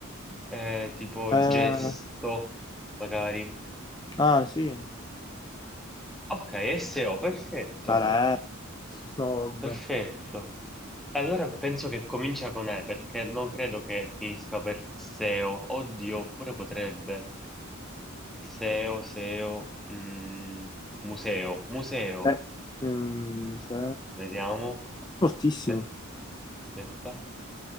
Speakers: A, in the centre; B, on the left.
A: eh, tipo
B: eh,
A: gesto, magari.
B: ah, sì.
A: Ok, SEO, perfetto,
B: Vabbè. No,
A: perfetto.
B: vabbè.
A: Allora penso che comincia con E perché non credo che finisca per SEO. Oddio, pure potrebbe. SEO, SEO, mm, museo, museo.
B: Eh, ehm, se-
A: Vediamo.
B: Fortissimo.
A: Aspetta. aspetta.